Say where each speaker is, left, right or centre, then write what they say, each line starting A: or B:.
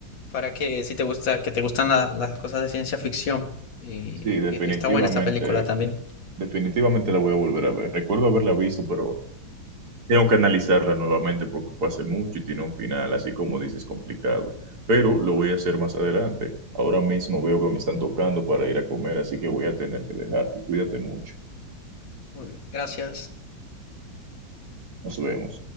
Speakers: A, on the left (about 75°); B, on the right (about 55°).
A: para que si te gusta, que te gustan la- las cosas de ciencia ficción. Y,
B: sí, definitivamente,
A: y está buena esta película también.
B: definitivamente la voy a volver a ver. Recuerdo haberla visto, pero tengo que analizarla nuevamente porque fue hace mucho y tiene un final, así como dices, complicado. Pero lo voy a hacer más adelante. Ahora mismo veo que me están tocando para ir a comer, así que voy a tener que dejarte. Cuídate mucho.
A: Muy bien, Gracias.
B: Nos vemos.